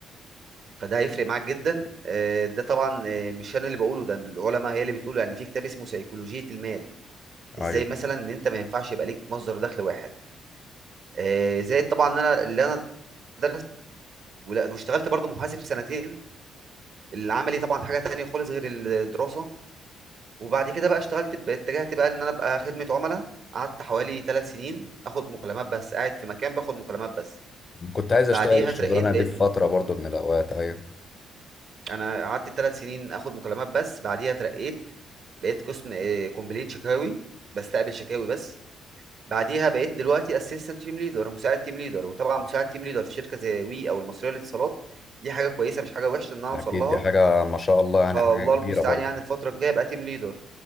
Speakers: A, on the right; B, on the left.
A: فده هيفرق معاك جدا آه، ده طبعا آه، مش انا اللي بقوله ده العلماء هي اللي بتقوله يعني في كتاب اسمه سيكولوجية المال ازاي
B: ايوه
A: مثلا ان انت ما ينفعش يبقى ليك مصدر دخل واحد آه، زائد طبعا ان انا اللي انا درست ولا- واشتغلت برضو محاسب سنتين العملي طبعا حاجة تانية خالص غير الدراسة وبعد كده بقى اشتغلت ب- اتجهت بقى ان انا ابقى خدمة عملاء قعدت حوالي ثلاث سنين اخد مكالمات بس قاعد في مكان باخد مكالمات بس
B: كنت عايز اشتغل
A: بعديها
B: الشغلانه
A: اترقيت بقيت
B: دي في فتره برضو من الاوقات ايوه
A: انا قعدت ثلاث سنين اخد مكالمات بس بعديها اترقيت بقيت قسم آه، كومبلين شكاوي بستقبل شكاوي بس بعديها بقيت دلوقتي اسيستنت تيم ليدر مساعد تيم ليدر وطبعا مساعد تيم ليدر في شركه زي وي او المصريه للاتصالات دي حاجه كويسه مش حاجه وحشه ان انا اوصل
B: اكيد
A: لها
B: دي حاجه ما شاء الله يعني
A: فالله
B: حاجه
A: المستعان
B: كبيره برضو
A: يعني الفتره الجايه ابقى تيم ليدر